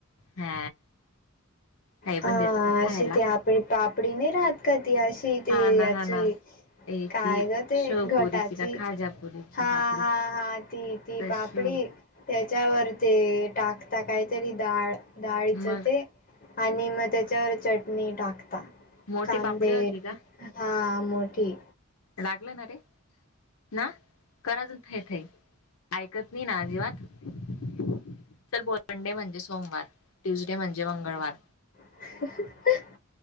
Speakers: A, on the left; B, on the left.
A: हा काही
B: हा
A: पण देता का खायला
B: अशी ते आपली पापडी नाही राहात का ती अशी ते
A: हा ना
B: याची
A: हा ना याची
B: काय ग ते
A: शेवपुरीची
B: घटाची
A: का खाजापुरीची
B: हा
A: पापडी
B: हा हा ती ती
A: तशी
B: पापडी त्याच्यावर ते टाकता काहीतरी डाळ -डाळीच
A: मग
B: ते आणि मग त्याच्यावर चटणी टाक
A: मोठी
B: कांदे
A: पापडी होती का
B: हा मोठी
A: लागलं ना रे? ना कराजून थई- थई ऐकत नाही ना अजिबात <inaudible> चल बोल मंडे म्हणजे सोमवार ट्युसडे म्हणजे मंगळवार
B: <inaudible>